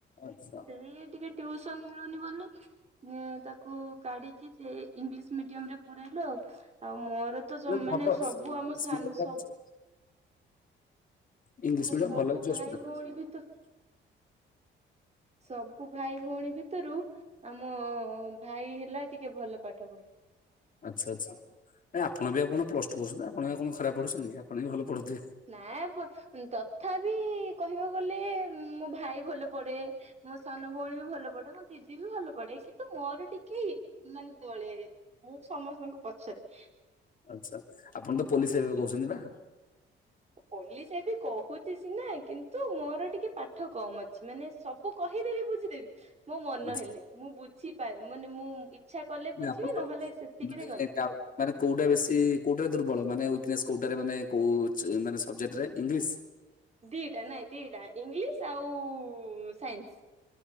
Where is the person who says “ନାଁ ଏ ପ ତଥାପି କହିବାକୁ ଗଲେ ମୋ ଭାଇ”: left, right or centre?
Right